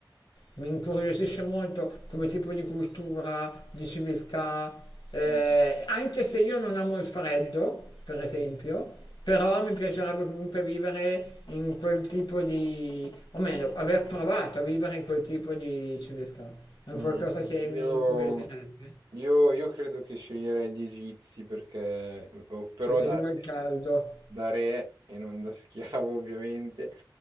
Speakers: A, on the left (about 70°); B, on the right (about 70°).
A: mi incuriosisce molto come tipo di cultura, di civiltà, eh,
B: Mm,
A: anche se io non amo il freddo, per esempio, però mi piacerebbe comunque vivere in quel tipo di, o meglio, aver provato a vivere in quel tipo di civiltà. È un
B: mm.
A: qualcosa che
B: Io,
A: mi incuriosirebbe,
B: io- io credo che sceglierei gli egizi perché, o- però
A: perché
B: da
A: devo
B: re,
A: il caldo.
B: da re e non da schiavo <laughs> ovviamente,